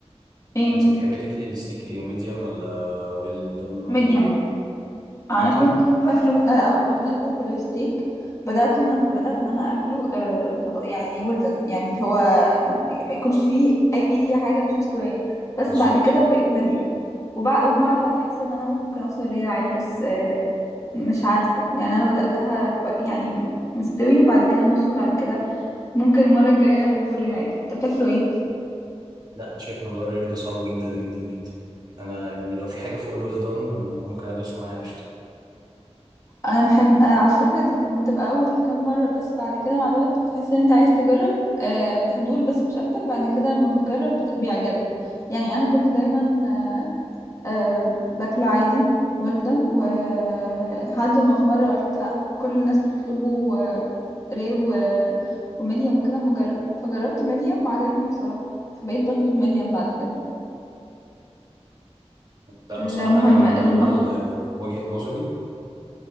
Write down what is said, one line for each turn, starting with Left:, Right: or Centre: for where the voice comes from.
Left: ايه
Right: انت بتحبي تاكلي الستيك ايه ميديوم ولا ويل دون ولا
Left: ميديم
Right: ايه
Left: انا
Right: ميديوم
Left: كنت باكله آه، اول ما بدات اكل الستيك بدات ان انا بدات ان انا اكله آه خلاص يعني ولدن يعني اللي هو ما يكونش فيه اي حاجه مش مستويه بس
Right: بالظبط
Left: بعد كده بقيت مريم وبع... ومع الوقت حاسه ان انا ممكن اوصل ريال عادي بس آه مش عارفه يعني انا بداتها كو... يعني مستوي وبعد كده نص وبعد كده ممكن المره الجايه اطلبه ريال عادي انت بتاكله ايه
Right: لا أنا شايف موضوع الرياضة ده صعب جدا جدا جدا أنا يعني لو في حاجة فوق الويل دون أنا ممكن أدوس معاها قشطة
Left: انا بحب أنا على فكره دي بتبقى اول كام مره بس بعد كده مع الوقت بتحس ان انت عايز تجرب آه، فضول بس مش اكتر بعد كده لما بتجرب بت- بيعجبك يعني انا كنت دايما آه، باكله عادي ولدن ولحد ما في مره قلت لا كل الناس بتطلبه رير و... وميديم وكده اما اجرب فجربت ميديم وعجبني بصراحه فبقيت بطلب ميديم بعد كده
Right: لا بصراحة
Left: المهم
Right: أنا لو
Left: المطعم
Right: أنا هقول آه، وجهة نظري